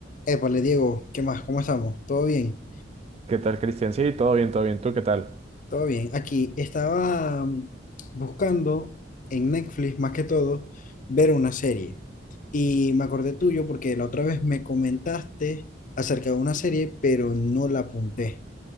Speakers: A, on the left; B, on the right.
A: Épale, Diego, ¿qué más? ¿Cómo estamos? ¿Todo bien?
B: ¿Qué tal, Cristian? Sí, todo bien, todo bien. ¿Tú qué tal?
A: ¿Todo bien? Aquí estaba mm, buscando en Netflix, más que todo, ver una serie. Y me acordé tuyo porque la otra vez me comentaste acerca de una serie, pero no la apunté.